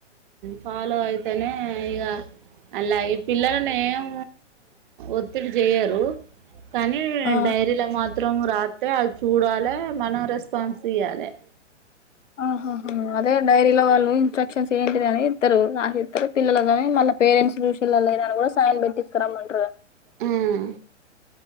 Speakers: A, on the right; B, on the left.
A: ఫాలో అయితేనే ఇగ అలా ఈ పిల్లలని ఏమ ఒత్తిడి చేయరు కానీ
B: ఆ
A: డైరీలో మా త్రం రాత్ అతే అది చూడాలి మనోరస్ ఫంసియాలే
B: ఆహహ అదే డైరీలో వాళ్ళు ఇన్స్ట్రక్షన్స్ ఏంటి అని ఇస్తరు పిల్లలగని మ పరెంట్స్ చూసిల్లా లేరా అని కూడా సైన్ పెట్టించకురామంటారు
A: హ్మ్